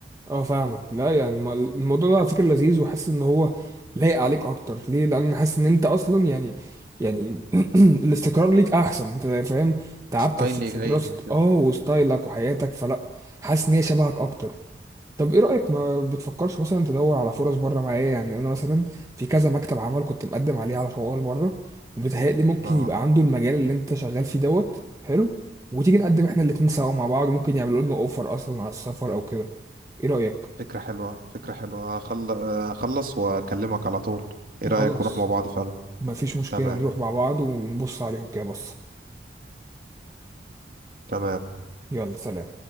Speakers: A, on the right; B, on the right.
A: اه فاهمك لا يعني الم- الموضوع ده على فكره لذيذ وحاسس ان هو لايق عليك اكتر ليه لان حاسس ان انت اصلا يعني يعني <clears throat> الاستقرار ليك احسن انت فاهم تعبت
B: ستايلي
A: في في
B: جاي
A: دراسه
B: من كده
A: اه وستايلك وحياتك فلا حاسس ان هي شبهك اكتر طب ايه رايك ما بتفكرش مثلا تدور على فرص بره معايا يعني انا مثلا في كذا مكتب عمل كنت مقدم عليه على شغل بره وبيتهيألي ممكن
B: اه
A: يبقى عنده المجال اللي انت شغال فيه دوت حلو وتيجي نقدم احنا الاتنين سوا مع بعض ممكن يعملوا لنا اوفر اصلا على السفر او كده ايه رأيك
B: فكره حلوه فكره حلوه هخل- اخلص واكلمك على طول ايه
A: خلاص
B: رايك نروح مع بعض فعلا
A: مفيش مشكلة
B: تمام
A: نروح مع بعض ونبص عليهم كده بص
B: تمام
A: يلا سلام